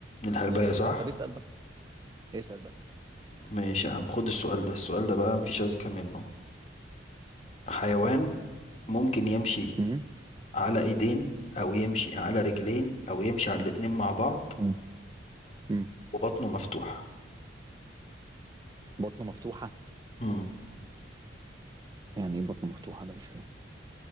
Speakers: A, on the left; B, on the right.
A: الحرباية
B: الله ينور
A: صح
B: عليك طب اسأل بقى اسأل بقى
A: ماشي يا عم خد السؤال ده السؤال ده بقى مفيش أذكى منه حيوان ممكن يمشي
B: مم.
A: على ايدين او يمشي على رجلين او يمشي على الاتنين مع بعض
B: مم. مم.
A: وبطنه مفتوح
B: بطنه مفتوحة
A: مم.
B: يعني ايه بطنه مفتوحة ده مش فاهم